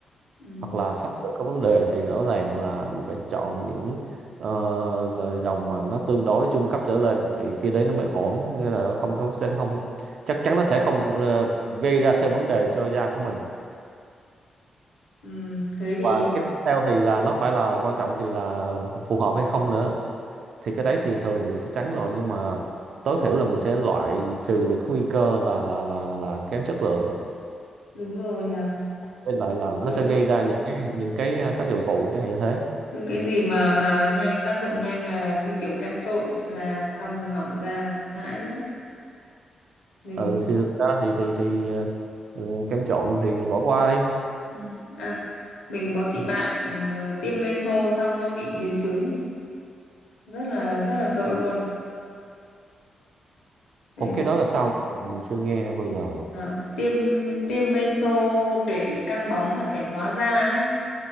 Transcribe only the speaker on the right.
hoặc là sắp sửa có vấn đề thì rõ ràng là mình phải chọn những ờ, dòng mà nó tương đối trung cấp trở lên thì khi đấy nó mới ổn nghĩa là không có sẽ không chắc chắn nó sẽ không ờ, gây ra thêm vấn đề cho da của mình
và cái tiếp theo thì là nó phải là quan trọng thì là phù hợp hay không nữa thì cái đấy thì thường thì chắc chắn rồi nhưng mà tối thiểu là mình sẽ loại trừ được cái nguy cơ là là là là kém chất lượng
với lại là nó
sẽ gây ra những cái những cái ờ, tác dụng phụ chẳng hạn như thế
ừ
thì thực ra thì thì thì ờ, ừ, kem trộn thì bỏ qua đi
Ủa cái đó là sao mình, mình chưa nghe bao giờ